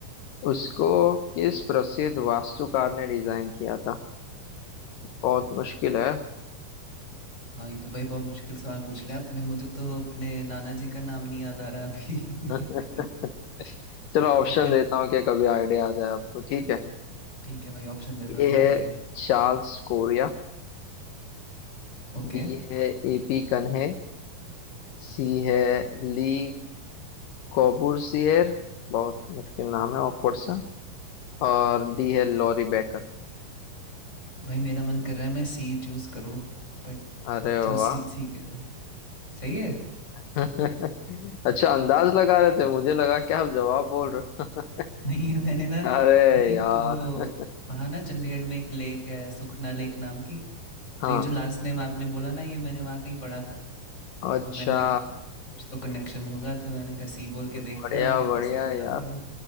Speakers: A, on the left; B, on the left.
A: उसको किस प्रसिद्ध वास्तुकार ने डिजाइन किया था बहुत मुश्किल
B: अ-
A: है
B: हाँ ये तो भाई बहुत मुश्किल सवाल पूछ लिया आपने मुझे तो अपने नाना जी का नाम नहीं याद आ रहा अभी <laughs>
A: <laughs>
B: तो, तो
A: चलो ऑप्शन
B: इसका
A: देता हूँ कि कभी आइडिया आ जाए आपको ठीक है
B: ठीक है भाई ऑप्शन दे दो
A: ए
B: ये
A: है
B: ठीक है
A: चार्ल्स कोरिया
B: ओके
A: बी है एपी कन्हे सी है ली कोबूसिएर बहुत मुश्किल नाम है ऑकवर्ड सा और डी है लॉरी बेकर
B: भाई मेरा मन कर रहा है मैं सी चूज करूँ बट
A: अरे
B: चलो
A: वाह
B: सी सी कैसे सही है
A: <laughs> अच्छा अंदाज लगा रहे थे मुझे लगा कि आप जवाब बोल रहे हो
B: नहीं मैंने ना
A: <laughs> अरे
B: आई थिंक
A: यार
B: वो वहाँ ना चंडीगढ़ में एक लेक है सुखना लेक नाम की
A: हाँ
B: तो ये जो लास्ट नेम आपने बोला ना ये मैंने वहाँ कहीं पढ़ा था
A: अच्छा
B: तो मैंने कहा कुछ तो कनेक्शन होगा तो मैंने कहा सी बोल के
A: बढ़िया
B: देखते हैं और ये
A: बढ़िया
B: तो सही जवाब
A: यार
B: हो गया